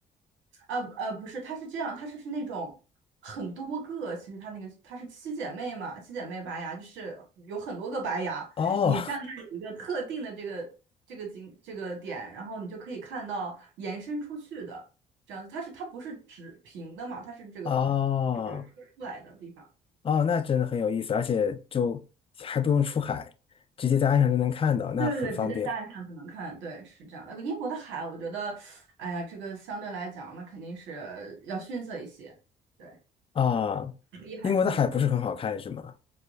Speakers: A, on the right; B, on the left.
A: 呃呃，不是，它是这样，它是是那种很多个，其实它那个它是七姐妹嘛，七姐妹白牙就是有很多个白牙，
B: 哦
A: 你站在一个特定的这个这个景这个点，然后你就可以看到延伸出去的这样子，它是它不是直平的嘛，它是这个
B: 哦
A: 出来的地方。
B: 哦，那真的很有意思，而且就还不用出海，直接在岸上就能看到，那很方便
A: 对对对，直接站上就能看，对，是这样那个英国的海，我觉得，哎呀，这个相对来讲，那肯定是要逊色一些，对，
B: 啊。
A: 第海出名嘛。
B: 英国的海不是很好看是吗？